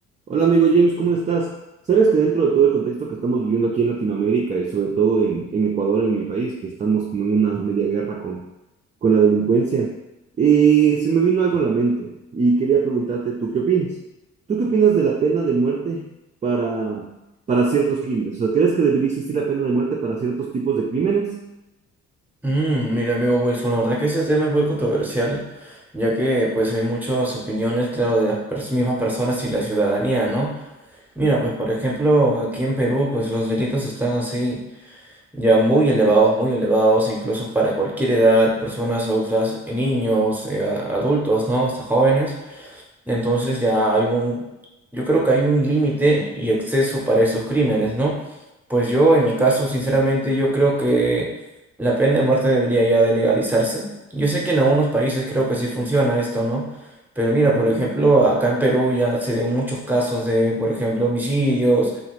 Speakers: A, on the right (about 25°); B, in the centre.
A: Hola amigo James, ¿cómo estás? Sabes que dentro de todo el contexto que estamos viviendo aquí en Latinoamérica y sobre todo en, en Ecuador, en mi país, que estamos como en una media guerra con, con la delincuencia, eh, se me vino algo a la mente y quería preguntarte, ¿tú qué opinas? ¿Tú qué opinas de la pena de muerte para, para ciertos crímenes? O sea, ¿crees que debería existir la pena de muerte para ciertos tipos de crímenes?
B: Mm, mira, amigo Wilson, la verdad que ese tema es muy controversial, ya que pues hay muchas opiniones, claro, de las pers- mismas personas y la ciudadanía, ¿no? Mira, pues por ejemplo, aquí en Perú, pues los delitos están así ya muy elevados, muy elevados, incluso para cualquier edad, personas adultas, eh, niños, eh, a- adultos, ¿no? Hasta jóvenes. Entonces ya hay un, yo creo que hay un límite y exceso para esos crímenes, ¿no? Pues yo, en mi caso, sinceramente, yo creo que la pena de muerte debería ya de legalizarse. Yo sé que en algunos países creo que sí funciona esto, ¿no? Pero mira,
A: Ujú.
B: por ejemplo, acá en Perú ya se ven muchos casos de, por ejemplo, homicidios,